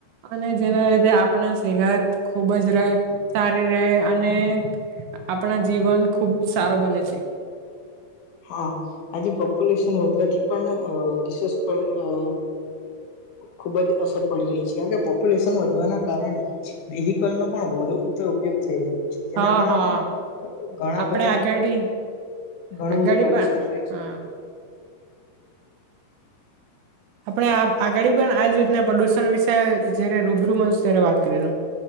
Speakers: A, on the right (about 75°); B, on the left (about 65°).
A: અને જેના લીધે આપણા સેહત ખૂબ જ રહે સારી રહે અને આપણા જીવન ખૂબ સારો બને છે.
B: હા આજે પોપ્યુલેશન વધવાથી પણ અહ રીસસ પર અહ ખુબજ અસર પડી રહી છે. કેમકે પોપ્યુલેશન વધવાના કારણે વેહકલનો પણ વધુ ઉપયોગ થઈ રહ્યો છે, જેના
A: હા
B: કારણે
A: હા
B: ઘણા
A: આપણે
B: બધા
A: આગળ
B: ઘણું
A: આગળ
B: બધું પ્રદુષણ
A: પણ
B: થાય છે.
A: હા આપણે આપ આગાડી પણ આજ રીતના પ્રદુષણ વિશે જયારે રૂબરૂ મસ્ત ત્યારે વાત કરી રહું.